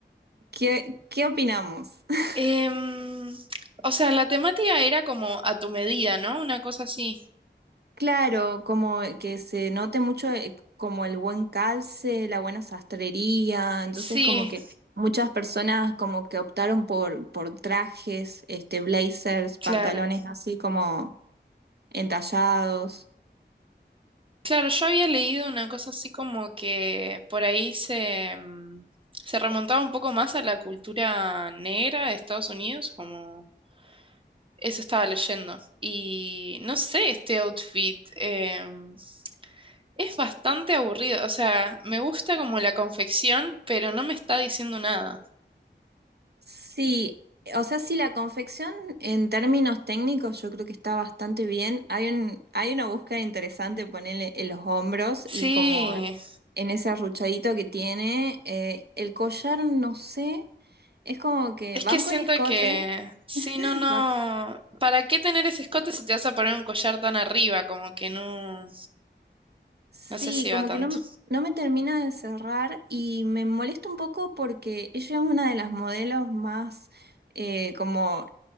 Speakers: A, on the right (about 60°); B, on the right (about 30°).
A: ¿Qué, qué opinamos? <laughs>
B: Em, o sea, la temática era como a tu medida, ¿no? Una cosa así.
A: Claro, como que se note mucho eh, como el buen calce, la buena sastrería, entonces
B: Sí,
A: como que muchas personas como que optaron por, por trajes, este, blazers, pantalones
B: claro.
A: así como entallados.
B: Claro, yo había leído una cosa así como que por ahí se, mm, se remontaba un poco más a la cultura negra de Estados Unidos, como eso estaba leyendo. Y no sé, este outfit em, es bastante aburrido. O sea, me gusta como la confección, pero no me está diciendo nada.
A: Sí, o sea, sí, la confección en términos técnicos yo creo que está bastante bien. Hay un, hay una búsqueda interesante, ponerle en los hombros
B: Sí,
A: y como en ese arruchadito que tiene. eh, el collar, no sé, es como que
B: es
A: banco
B: que siento
A: el escote.
B: que, sí,
A: <laughs>
B: no, no,
A: ba-
B: ¿para qué tener ese escote si te vas a poner un collar tan arriba? Como que no,
A: Sí,
B: no sé si
A: como
B: va tanto.
A: que no, no me termina de cerrar y me molesta un poco porque ella es una de las modelos más... eh, como